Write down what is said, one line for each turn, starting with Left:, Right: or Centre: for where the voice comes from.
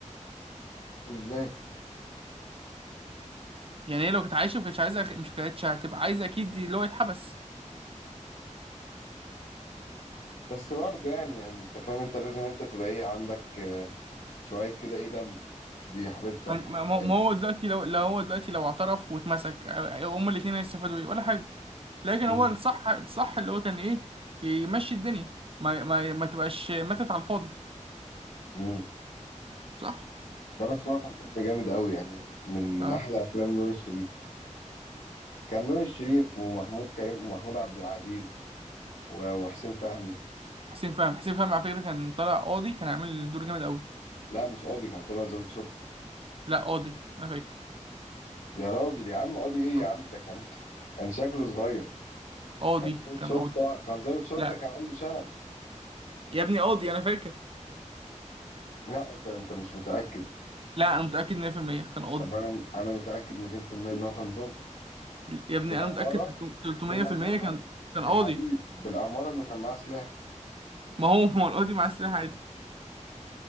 Left: ازاي
Right: يعني هي لو كانت عايشه ما كانتش عايزه مش كانتش هتبقى عايزه اكيد دي اللي هو يتحبس
Left: بس برضه يعني يعني انت فاهم انت لازم انت تبقى ايه عندك آه، شوية كده ايه دم دي حبيبتك
Right: ما ما- ما
Left: وكده
Right: هو ما هو دلوقتي لو لو هو دلوقتي لو اعترف واتمسك آه، هما الاثنين هيستفادوا ايه ولا حاجه لكن هو
Left: مم.
Right: الصح الصح اللي هو كان ايه يمشي الدنيا ما ما ما تبقاش ماتت على الفاضي
Left: مم.
Right: صح
Left: ده بس هو كان فيلم جامد قوي يعني من من
Right: اه
Left: احلى افلام نور الشريف كان نور الشريف ومحمود كريم ومحمود عبد العزيز و- وحسين فهمي
Right: حسين فهمي حسين فهمي على فكرة كان طالع قاضي كان عامل دور جامد قوي
Left: لا مش قاضي كان طلع ضابط شرطة
Right: لا قاضي انا فاكر
Left: يا راجل يا عم قاضي ايه
Right: آه.
Left: يا عم ده كان <laughs> كان شكله صغير
Right: قاضي
Left: كان ضابط
Right: كان
Left: شرطة
Right: قاضي
Left: كان ضابط شرطة
Right: لا
Left: كان عنده شنب
Right: يا ابني قاضي انا فاكر
Left: لا انت انت مش متأكد
Right: لا انا متأكد 100% كان قاضي
Left: طب ما انا انا متأكد 200% ان هو كان ضابط
Right: يا ابني
Left: بالأمارة
Right: انا متأكد 300%
Left: بالأمارة
Right: كان كان
Left: يا
Right: قاضي
Left: حبيبي بالأمارة انه كان معاه سلاح
Right: ما هو ما هو القاضي معاه سلاح عادي